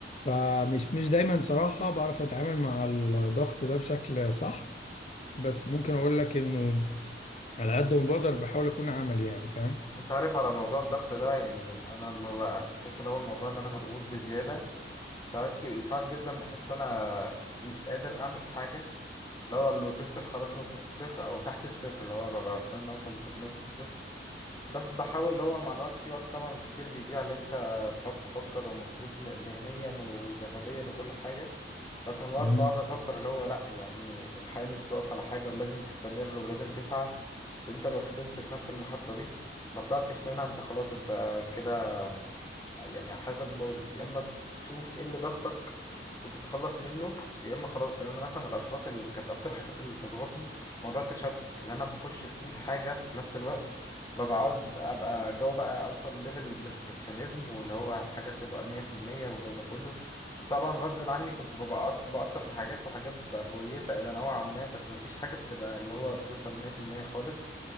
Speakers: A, on the left; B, on the left.
A: فمش مش دايما صراحة بعرف اتعامل مع الضغط ده بشكل صح بس ممكن اقول لك انه على قد ما بقدر بحاول اكون عملي يعني فاهم
B: انت عارف على موضوع الضغط ده يعني انا لما ب- بحس اللي هو الموضوع اللي انا مضغوط بزياده ساعات ج- ساعات جدا بحس ان انا مش قادر اعمل حاجه لو اللي وصلت خلاص نقطه الصفر او تحت الصفر اللي هو ببقى بستنى اوصل لنقطه الصفر بس بحاول اللي هو مع الوقت في وقت طبعا كتير بيضيع اللي انت بتقعد تفكر ومضغوط ذهنيا وجسديا وكل حاجه بس من الوقت
A: مم.
B: بقعد افكر اللي هو لا يعني الحياة مش بتقف على حاجة ولازم تستمر ولازم تسعى عشان انت لو فضلت في نفس المحطة دي ما طلعتش منها انت خلاص انت كده يعني حياتك باظت يا اما تشوف ايه اللي ضغطك وتتخلص منه يا اما خلاص يعني انا مثلا من الاشخاص اللي كانت اكتر حاجات اللي بتضغطني موضوع التشتت لان انا بخش في 100 حاجه في نفس الوقت ببقى عاوز ابقى جو بقى اوصل ليفل بيرفكشنزم واللي هو الحاجه تبقى 100% والجو ده كله وطبعا غصب عني كنت ببقى أص- بأثر في حاجات وحاجات بتبقى كويسة إلى نوعا ما بس مفيش حاجة بتبقى اللي هو بتوصل 100% خالص